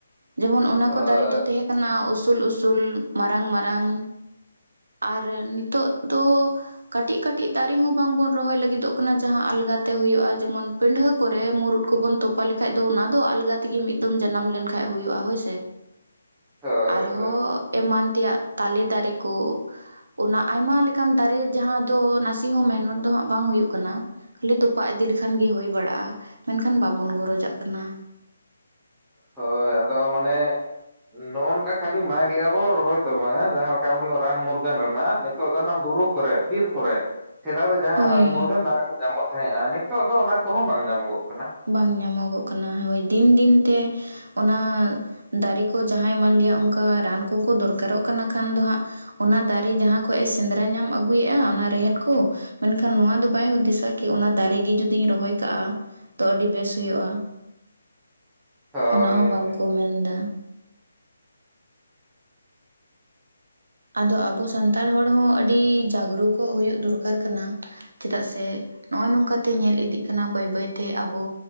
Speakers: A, on the right; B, in the centre.
A: ᱡᱮᱢᱚᱱ ᱚᱱᱟ
B: ᱦᱳᱭ
A: ᱠᱚ ᱫᱟᱨᱮ ᱫᱚ ᱛᱟᱦᱮᱸ ᱠᱟᱱᱟ ᱩᱥᱩᱞ ᱩᱥᱩᱞ ᱢᱟᱨᱟᱝ ᱢᱟᱨᱟᱝ ᱟᱨ ᱱᱤᱛᱚᱜ ᱫᱚ ᱠᱟᱹᱴᱤᱡ ᱠᱟᱹᱴᱤᱡ ᱫᱟᱨᱮ ᱦᱚᱸ ᱵᱟᱝ ᱵᱚᱱ ᱨᱚᱦᱚᱭ ᱞᱟᱹᱜᱤᱫᱚᱜ ᱠᱟᱱᱟ ᱡᱟᱦᱟᱸ ᱟᱞᱜᱟᱛᱮ ᱦᱩᱭᱩᱜᱼᱟ ᱡᱮᱢᱚᱱ ᱯᱤᱰᱷᱟᱹ ᱠᱚᱨᱮ ᱢᱩᱨᱩᱫ ᱠᱚᱵᱚᱱ ᱛᱚᱯᱟ ᱞᱮᱠᱷᱟᱡ ᱫᱚ ᱚᱱᱟ ᱫᱚ ᱟᱞᱜᱟ ᱛᱮᱜᱮ ᱢᱤᱫ ᱫᱚᱢ ᱡᱟᱱᱟᱢ ᱞᱮᱱᱠᱷᱟᱡ ᱦᱩᱭᱩᱜᱼᱟ ᱦᱳᱭ ᱥᱮ
B: ᱦᱳᱭ
A: ᱟᱨᱦᱚᱸ
B: ᱦᱳᱭ
A: ᱮᱢᱟᱱ ᱛᱮᱭᱟᱜ ᱛᱟᱞᱮ ᱫᱟᱨᱮ ᱠᱚ ᱚᱱᱟ ᱟᱭᱢᱟ ᱞᱮᱠᱟᱱ ᱫᱟᱨᱮ ᱡᱟᱦᱟᱸ ᱫᱚ ᱱᱟᱥᱮ ᱦᱚᱸ ᱢᱮᱦᱱᱚᱛ ᱫᱚ ᱦᱟᱸᱜ ᱵᱟᱝ ᱦᱩᱭᱩᱜ ᱠᱟᱱᱟ ᱠᱷᱟᱹᱞᱤ ᱛᱚᱯᱟᱜ ᱤᱫᱤ ᱞᱮᱠᱷᱟᱱ ᱜᱮ ᱦᱩᱭ ᱵᱟᱲᱟᱜᱼᱟ ᱢᱮᱱᱠᱷᱟᱱ ᱵᱟᱵᱚᱱ ᱜᱚᱨᱚᱡᱟᱜ ᱠᱟᱱᱟ
B: ᱦᱳᱭ ᱟᱫᱚ ᱢᱟᱱᱮ ᱱᱚᱜᱼᱚ ᱱᱚᱝᱠᱟ ᱠᱷᱟᱹᱞᱤ ᱢᱟᱜ ᱜᱮ ᱟᱵᱚ ᱨᱚᱦᱚᱭ ᱫᱚ ᱵᱟᱝᱟ ᱡᱟᱦᱟᱸ ᱞᱮᱠᱟ ᱩᱱᱤ ᱨᱟᱱ ᱢᱩᱨᱜᱟᱹᱱ ᱨᱮᱱᱟᱜ ᱚᱱᱟ ᱵᱩᱨᱩ ᱠᱚᱨᱮ ᱵᱤᱨ ᱠᱚᱨᱮ ᱪᱮᱫᱟᱜ ᱫᱚ ᱡᱟᱦᱟᱸ
A: ᱦᱳᱭ
B: ᱨᱟᱱ ᱢᱩᱨᱜᱟᱹᱱ ᱫᱟᱨᱤ ᱠᱚ ᱧᱟᱢᱚᱜ ᱛᱟᱦᱮᱸᱼᱟ ᱱᱤᱛᱚᱜ ᱫᱚ ᱚᱱᱟ ᱠᱚᱦᱚᱸ ᱵᱟᱝ ᱧᱟᱢᱚᱜᱚᱜ ᱠᱟᱱᱟ
A: ᱵᱟᱝ ᱧᱟᱢᱚᱜᱚᱜ ᱠᱟᱱᱟ ᱦᱳᱭ ᱫᱤᱱ ᱫᱤᱱ ᱛᱮ ᱚᱱᱟ ᱫᱟᱨᱮ ᱠᱚ ᱡᱟᱦᱟᱸᱭ ᱮᱢᱟᱱ ᱞᱮᱭᱟ ᱚᱱᱠᱟ ᱨᱟᱱ ᱠᱚᱠᱚ ᱫᱚᱨᱠᱟᱨᱚᱜ ᱠᱟᱱᱟ ᱠᱷᱟᱱ ᱫᱚ ᱦᱟᱸᱜ ᱚᱱᱟ ᱫᱟᱨᱮ ᱡᱟᱦᱟᱸ ᱠᱷᱚᱡᱮ ᱥᱮᱸᱫᱽᱨᱟ ᱧᱟᱢ ᱟᱹᱜᱩᱭᱮᱫᱼᱟ ᱚᱱᱟ ᱨᱮᱦᱮᱫ ᱠᱚ ᱢᱮᱱᱠᱷᱟᱱ ᱱᱚᱣᱟ ᱫᱚ ᱵᱟᱭ ᱦᱩᱫᱤᱥᱟ ᱠᱤ ᱚᱱᱟ ᱫᱟᱨᱮᱜ ᱜᱮ ᱡᱩᱫᱤᱧ ᱨᱚᱦᱚᱭ ᱠᱟᱜᱼᱟ ᱛᱚ ᱟᱹᱰᱤ ᱵᱮᱥ ᱦᱩᱭᱩᱜᱼᱟ
B: ᱦᱳᱭ
A: ᱚᱱᱟ ᱦᱚᱸ ᱵᱟᱝ ᱠᱚ ᱢᱮᱱ ᱫᱟ ᱟᱫᱚ ᱟᱵᱚ ᱥᱟᱱᱛᱟᱲ ᱦᱚᱲ ᱦᱚᱸ ᱟᱹᱰᱤ ᱡᱟᱜᱽᱨᱩᱠᱚᱜ ᱦᱩᱭᱩᱜ ᱫᱚᱨᱠᱟᱨ ᱠᱟᱱᱟ ᱪᱮᱫᱟᱜ ᱥᱮ ᱱᱚᱜᱼᱚᱭ ᱱᱚᱝᱠᱟᱛᱮ ᱧᱮᱞ ᱤᱫᱤᱜ ᱠᱟᱱᱟ ᱵᱟᱹᱭ ᱵᱟᱹᱭᱛᱮ ᱟᱵᱚ